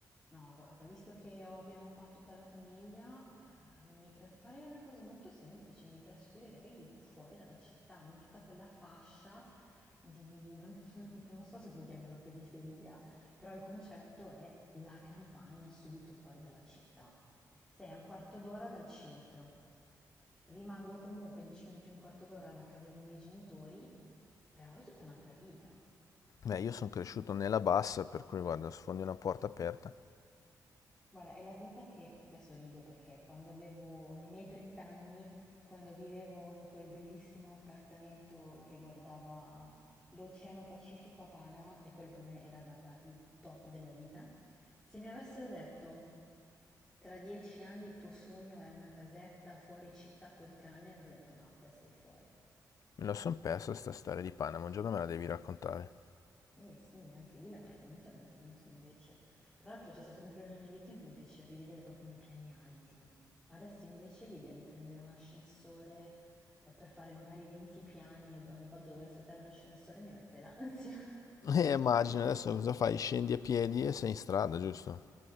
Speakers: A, in the centre; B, on the left (about 55°).
A: No, guarda, visto che ho- abbiamo qua tutta la famiglia, eh, mi tra- farei una cosa molto semplice, mi trasferirei fuori dalla città, in tutta quella fascia di, non, <laughs> non so se puoi chiamarla periferia, però il concetto è la campagna subito fuori dalla città. Sei a un quarto d'ora dal centro, rimango comunque 10 minuti, un quarto d'ora da casa dei miei genitori, però è tutta un'altra vita.
B: Beh, io sono cresciuto nella bassa, per cui guarda, sfondi una porta aperta.
A: Guarda, è la vita che, adesso rido perché quando avevo, nei miei 30 anni, quando vivevo in quel bellissimo appartamento che guardava l'Oceano Pacifico a Panama, e quello per me era, guarda, il top della vita, se mi avessero detto tra dieci anni il tuo sogno è una casetta fuori città col cane, avrei detto no, te sei fuori.
B: Me la son persa sta storia di Panama, un giorno me la devi raccontare.
A: Eh sì, anche lì l'appartamento aveva senso invece. Tra l'altro c'è stato un periodo nella mia vita in cui mi piaceva vivere proprio nei piani alti. Adesso invece l'idea di prendere un ascensore eh, per fare magari 20 piani e ogni volta dover aspettare l'ascensore mi mette l'ansia. <laughs>
B: Eh, immagino, adesso cosa fai? Scendi a piedi e sei in strada, giusto?